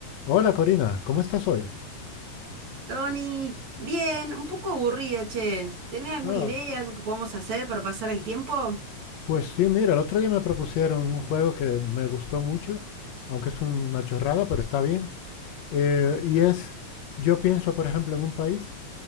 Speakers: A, on the left (about 70°); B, on the right (about 70°).
A: Hola Corina, ¿cómo estás hoy?
B: Tony, bien, un poco aburrida, che. ¿Tenés alguna
A: Ah,
B: idea, algo que podamos hacer para pasar el tiempo?
A: pues sí, mira, el otro día me propusieron un juego que me gustó mucho, aunque es una chorrada, pero está bien. Eh, y es, yo pienso, por ejemplo, en un país